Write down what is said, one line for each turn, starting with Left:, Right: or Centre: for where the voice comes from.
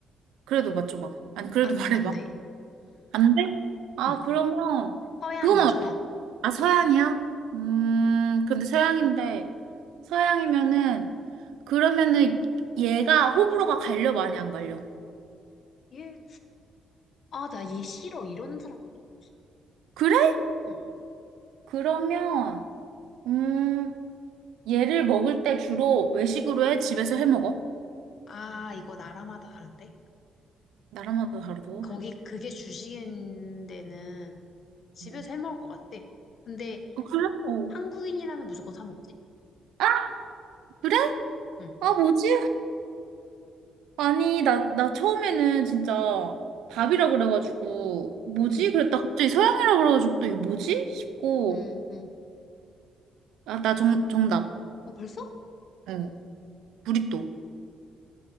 Right: 그래도 맞춰봐. 아니, 그래도
Left: 아,
Right: 말해봐.
Left: 안 돼.
Right: 안 돼? 아,
Left: 응.
Right: 그러면,
Left: 서양이야,
Right: 그거만
Left: 서양.
Right: 아, 서양이야? 음, 근데 서양인데, 서양이면은, 그러면은 얘가 호불호가 갈려, 많이 안 갈려?
Left: 얘, 아, 나 얘 싫어. 이러는 사람 본 적 없어.
Right: 그래?
Left: 응.
Right: 그러면, 음, 얘를 먹을 때 주로 외식으로 해? 집에서 해 먹어?
Left: 아, 이거 나라마다 다른데?
Right: 나라마다 다르다고?
Left: 거기 그게 주식인 데는 집에서
Right: 어.
Left: 해 먹을 것 같대. 근데
Right: 어, 그래? 어.
Left: 한국인이라면 무조건 사 먹지?
Right: 아, 그래?
Left: 응.
Right: 아, 뭐지? 아니, 나, 나 처음에는 진짜 밥이라 그래가지고, 뭐지?
Left: 응,
Right: 그랬다. 갑자기 서양이라 그래가지고 또 이게 뭐지? 싶고,
Left: 응, 응.
Right: 아, 나 정, 정답.
Left: 어, 벌써?
Right: 어,
Left: 어.
Right: 부리또.